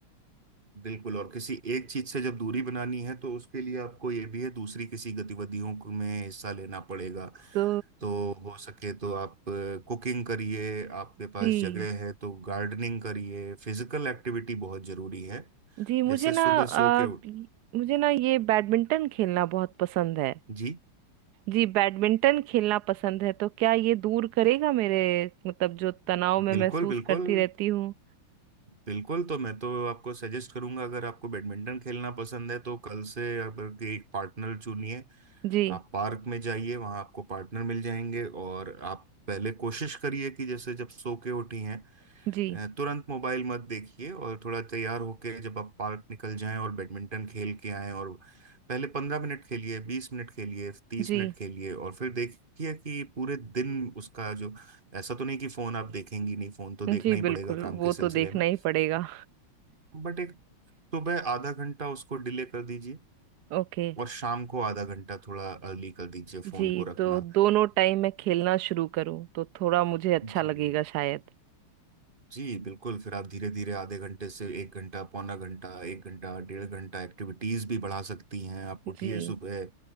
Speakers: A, on the right (about 25°); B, on the right (about 85°).
A: बिल्कुल और किसी एक चीज़ से जब दूरी बनानी है तो उसके लिए आपको ये भी है दूसरी किसी गतिविधियों को- में हिस्सा लेना पड़ेगा
B: तो
A: तो हो सके तो आप कुकिंग करिए आपके पास
B: जी
A: जगह है तो गार्डनिंग करिए फिजिकल एक्टिविटी बहुत ज़रूरी है
B: जी मुझे
A: जैसे
B: ना
A: सुबह
B: आ,
A: सो के उठ
B: मुझे ना ये बैडमिंटन खेलना बहुत पसंद है
A: जी
B: जी बैडमिंटन खेलना पसंद है तो क्या ये दूर करेगा मेरे मतलब जो तनाव में
A: बिल्कुल
B: महसूस
A: बिल्कुल
B: करती रहती हूँ
A: बिल्कुल तो मैं तो आपको सजेस्ट करूंगा अगर आपको बैडमिंटन खेलना पसंद है तो कल से आप एक पार्टनर चुनिए
B: जी
A: आप पार्क में जाइए वहां आपको पार्टनर मिल जाएंगे और आप पहले कोशिश करिए कि जैसे जब सो के उठी हैं
B: जी
A: अ, तुरंत मोबाइल मत देखिए और थोड़ा तैयार होके जब आप पार्क निकल जाएं और बैडमिंटन खेल के आएं और पहले पंद्रह मिनट खेलिए बीस मिनट खेलिए तीस
B: जी
A: मिनट खेलिए और फिर देखिए कि पूरे दिन उसका जो ऐसा तो नहीं कि फोन आप देखेंगी नहीं फोन तो देखना
B: जी
A: ही
B: बिल्कुल
A: पड़ेगा काम
B: वो
A: के सिलसिले
B: तो देखना
A: में
B: ही पड़ेगा
A: बट एक सुबह आधा घंटा उसको डिले कर दीजिए
B: ओके
A: और शाम को आधा घंटा थोड़ा अर्ली कर दीजिए फोन
B: जी
A: को रखना
B: तो दोनों टाइम मैं खेलना शुरू करूँ तो थोड़ा मुझे अच्छा
A: जी
B: लगेगा शायद
A: जी बिल्कुल फिर आप धीरे धीरे आधे घंटे से एक घंटा पौना घंटा एक घंटा डेढ़ घंटा एक्टिविटीज भी बढ़ा सकती हैं आप उठिए
B: जी
A: सुबह